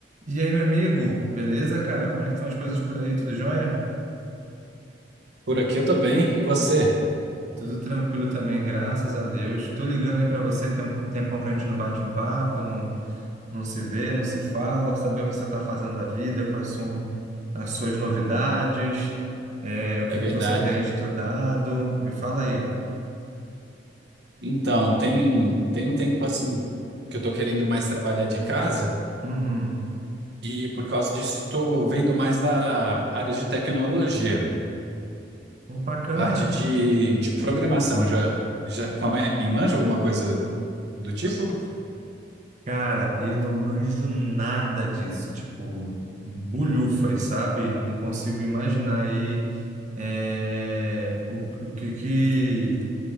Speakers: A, on the right; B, on the right.
A: E aí, meu amigo, beleza, cara? Como é que estão as coisas por aí? Tudo jóia?
B: Por aqui eu tô bem. E você?
A: Tudo tranquilo também, graças a Deus. Tô ligando aí pra você, tem um tempão que a gente não bate um papo, não, não se vê, não se fala, saber o que você tá fazendo da vida, quais são as suas novidades, é, o que
B: É verdade,
A: que você tem estudado.
B: né?
A: Me fala aí.
B: Então, tem, tem um tempo assim que eu tô querendo mais trabalhar de casa
A: Uhum.
B: e por causa disso tô vendo mais da área de tecnologia,
A: Pô, Bacana.
B: parte de, de programação. Já, já conhe- e manja alguma coisa do tipo?
A: Cara, eu não manjo nada disso, tipo, bulhufas, sabe? Eu não consigo imaginar aí é, o, o que que,